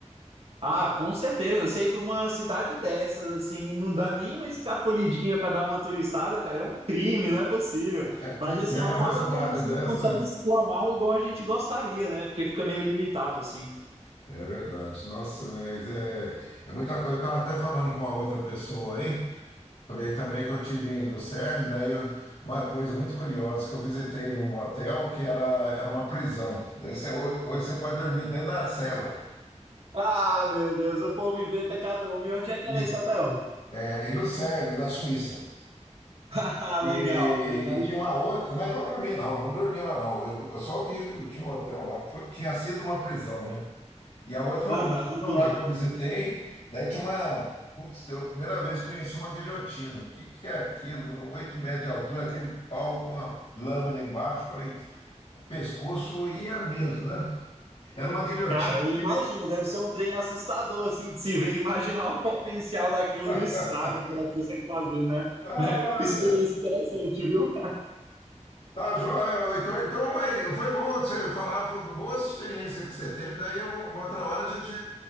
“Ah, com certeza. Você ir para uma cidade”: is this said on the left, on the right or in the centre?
Right